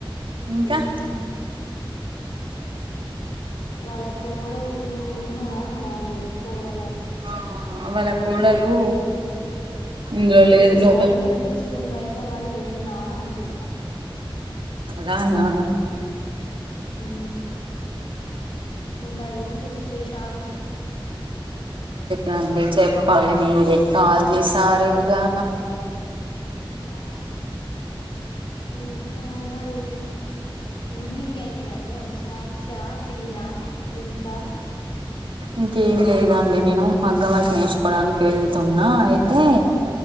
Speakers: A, on the right (about 65°); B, on the left (about 60°).
A: ఇంకా
B: హమ్ వాళ్ళ కోడలు ఉన్నద అ అందులో కోడల
A: ఆ వాళ్ళ కోడలు ఇందులో లేదు
B: అంత సౌండ్
A: లోపల
B: వినిపిస్తుందయి తే మరి ఏందా అని అంటున్నా.
A: అలానా
B: ఉం ఇంకా ఏంటి విశేషాలు.
A: రండి చెప్పాలి. మీరే కాల్ చేశారుగా.
B: ఆ ఇంకా. మరి ఈవినింగ్ అయింది కదండి ఏమనా స్నాక్సా టీయా మిల్కా
A: ఇంకేం లేదండి నేను మగ్గం వర్క్ నేర్చుకోవడానికి వెళ్తున్నా అయితే